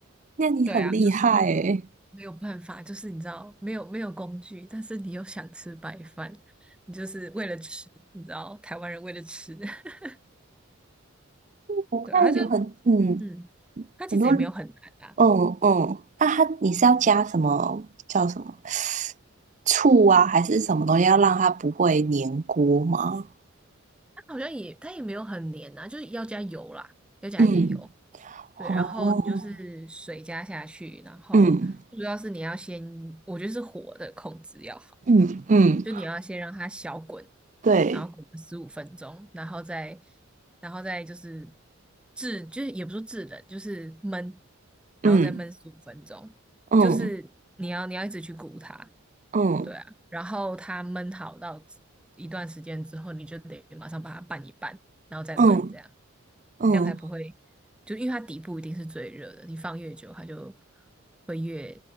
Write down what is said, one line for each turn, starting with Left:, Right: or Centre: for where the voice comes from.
Right: 那你很厉害诶，
Centre: 对啊，就是。没有办法，就是你知道，没有没有工具，但是你又想吃白饭，你就是为了吃，你知道，台湾人为了吃，<laughs>
Right: 我看有很嗯
Centre: 对啊他就嗯，他其实也没有很难啊，
Right: 很多嗯嗯，那它你是要加什么叫什么醋啊，还是什么东西要让它不会粘锅吗？
Centre: 他好像也他也没有很黏啊，就是要加油啦，要加一点油，
Right: 嗯，
Centre: 对，
Right: 哦，
Centre: 然后你就是水加下去，然后主要是你要先，
Right: 嗯
Centre: 我觉得是火的控制要好。
Right: 嗯嗯，
Centre: 就你要先让它小滚，
Right: 对，
Centre: 然后滚个十五分钟，然后再然后再就是制，就是也不是制冷，就是焖，然后再焖十五分钟，
Right: 嗯。嗯
Centre: 就是你要你要一直去鼓它，
Right: 嗯
Centre: 对啊，然后它焖好到一段时间之后，你就得马上把它拌一拌，然后再焖这样。
Right: 嗯嗯，
Centre: 这样才不会，就因为它底部一定是最热的，你放越久，它就会越